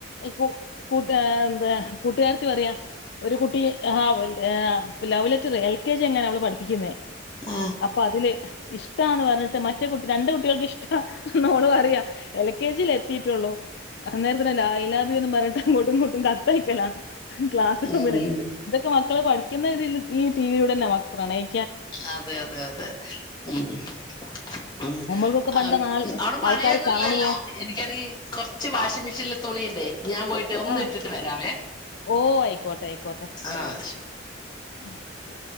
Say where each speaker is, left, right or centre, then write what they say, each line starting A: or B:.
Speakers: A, on the left (about 60°); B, on the left (about 25°).
A: കൂ കൂട്ട <unintelligible> കൂട്ടുകാരത്തി പറയാ ഒരു കുട്ടി ആ <unintelligible> ആ ഇപ്പ love letter L K G എങ്ങന അവള് പഠിപ്പിക്കുന്നെ.
B: ആഹ്
A: അപ്പ അതില് ഇഷ് ടാന്ന് പറഞ്ഞിട്ട് മറ്റേ കുട് രണ്ട് കുട്ടികൾക്ക് ഇഷ്ടാ നോള് പറയ എൽ കെ ജിൽ എത്തിയിട്ടുള്ളൂ അന്നേരത്തിന് ഐ ലവ് യു എന്ന് പറഞ്ഞിട്ട് അങ്ങോട്ടും ഇങ്ങോട്ടും കത്തയക്കലാണ്. ക്ലാസ് റൂമില്
B: ഉം
A: ഇതൊക്കെ മാ ക്കള് പഠി ക്കുന്ന രീതിൽ ഈ ടി വിയിലൂടെ ന്നെ നമുക്ക് പ്രണയി
B: അതെ അതെ അതെ മ് മ് മ്
A: നമ്മൾക്കൊക്കെ പണ്ട്
B: അവ്
A: നാൾ
B: അവിടെ മഴയൊന്നുംല്ലല്ലോ
A: ആൾക്കാര് കാണുവോ
B: എനിക്കാണെങ്കി കൊറച്ച് വാഷിംഗ് മെഷീനില് തുണിയിണ്ടേ. ഞാൻ പോയിട്ട് ഒന്ന്
A: ആ
B: ഇട്ടിട്ട് വരാവേ.
A: ഓ ആയിക്കോട്ടെ ആയിക്കോട്ടെ
B: ആഹ് ശ
A: ഉം ശരി